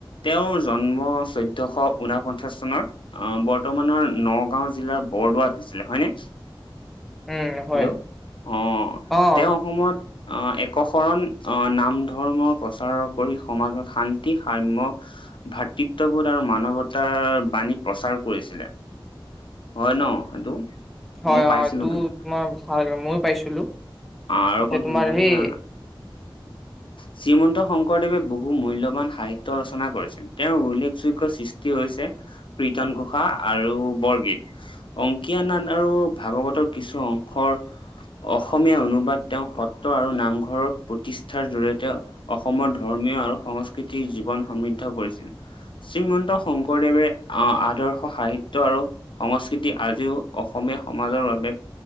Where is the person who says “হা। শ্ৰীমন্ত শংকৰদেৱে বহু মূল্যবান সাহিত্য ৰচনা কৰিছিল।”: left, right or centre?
Left